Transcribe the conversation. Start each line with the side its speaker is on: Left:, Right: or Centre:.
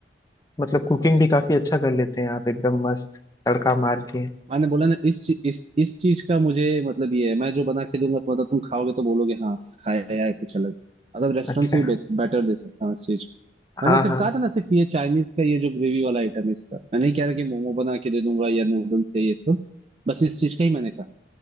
Left: मतलब कुकिंग भी काफी अच्छा कर लेते हैं आप एकदम मस्त तड़का मार के
Right: मैंने बोला ना इस ची- इस इस चीज का मुझे मतलब ये है मैं जो बना के दूंगा तो मतलब तुम खाओगे तो बोलोगे हाँ खाया है कुछ अलग मतलब रेस्टोरेंट
Left: अच्छा
Right: से भी बेटर दे सकता हूँ इस चीज को
Left: हाँ
Right: मैंने सिर्फ
Left: हाँ
Right: कहा था ना सिर्फ ये चाइनीज का ये जो ग्रेवी वाला आइटम है इसका मैं नहीं कह रहा कि मोमो बना के दे दूंगा या नूडल्स है ये सब बस इस चीज का ही मैंने कहा